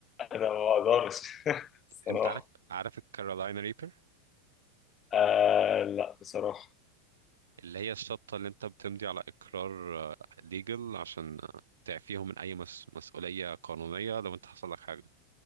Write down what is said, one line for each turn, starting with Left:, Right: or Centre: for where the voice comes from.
Left: انا ما بقدرش <laughs> الصراحه
Right: انت عارف عارف الكارولاينا ريبر
Left: آه لا بصراحه
Right: اللي هي الشطة اللي انت بتمضي على اقرار ليجل عشان آه، تعفيهم من اي مس... مسؤولية قانونية لو انت حصل لك حاجة